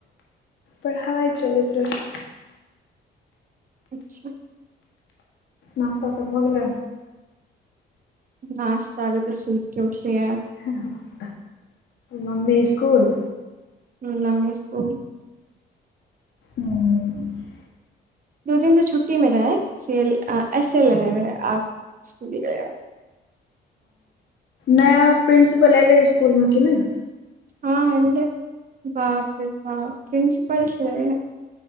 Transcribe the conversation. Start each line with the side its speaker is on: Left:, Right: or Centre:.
Left: पढ़ाइ चलैत रहै
Right: अच्छह
Left: नास्ता सब भऽ गेलै
Right: नाश्ता अभी तऽ सुइत के उठलियै
Left: हँ हँ मम्मी स्कूल
Right: हु मम्मी स्कूल
Left: ओ
Right: दू दिन से छुट्टी मे रहै सील एस एस एल लेने रहै आब स्कुल गेलै
Left: नया प्रिंसिपल एलै स्कुल मे कि नइ
Right: हँ एले बाप रे बाप प्रिसिपल छै